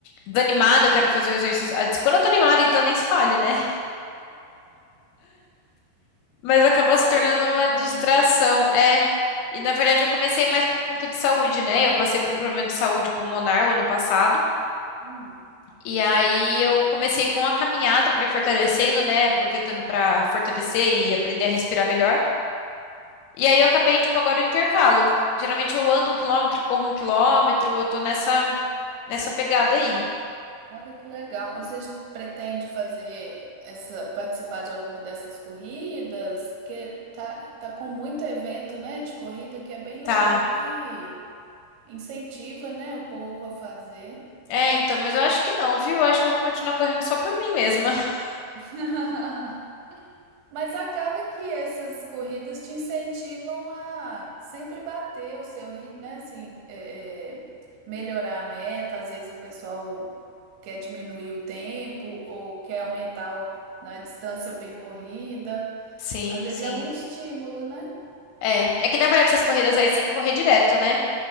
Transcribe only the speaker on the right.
quer sair
correndo.
Hum,
olha que legal. Você pretende fazer essa, participar de alguma dessas corridas? Porque tá, tá com muito evento, né, de corrida que é bem legal
que incentiva, né, o povo a fazer.
<laughs> Mas acaba que essas corridas te incentivam a sempre bater o seu ritmo, né? Assim, é, é, melhorar a meta. Às vezes o pessoal quer diminuir o tempo ou quer aumentar o- na distância percorrida.
Às vezes
é um estímulo, né?